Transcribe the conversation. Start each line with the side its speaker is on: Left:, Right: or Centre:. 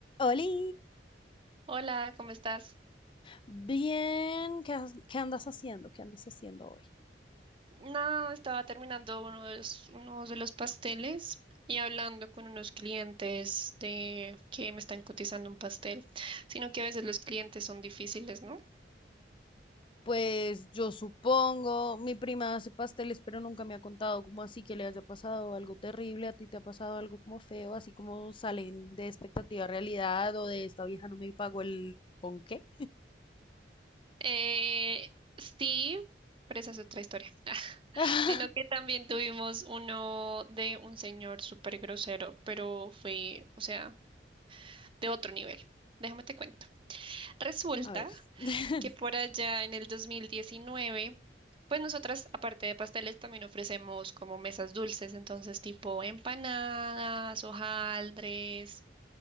Left: Oli,
Right: Hola, ¿cómo estás?
Left: bien, ¿qué, has- qué andas haciendo? ¿Qué andas haciendo hoy?
Right: No, estaba terminando uno de los, unos de los pasteles y hablando con unos clientes de que me están cotizando un pastel, sino que a veces los clientes son difíciles, ¿no?
Left: Pues yo supongo, mi prima hace pasteles, pero nunca me ha contado cómo así que le haya pasado algo terrible, a ti te ha pasado algo como feo, así como salen de expectativa a realidad o de esta vieja no me pagó el ponqué.
Right: Eh, sí, pero esa es otra historia. <laughs>
Left: <laughs>
Right: Sino que también tuvimos uno de un señor súper grosero, pero fue, o sea, de otro nivel. Déjame te cuento. Resulta
Left: A ver, <laughs>
Right: que por allá en el 2019, pues nosotras, aparte de pasteles, también ofrecemos como mesas dulces, entonces tipo empanadas, hojaldres,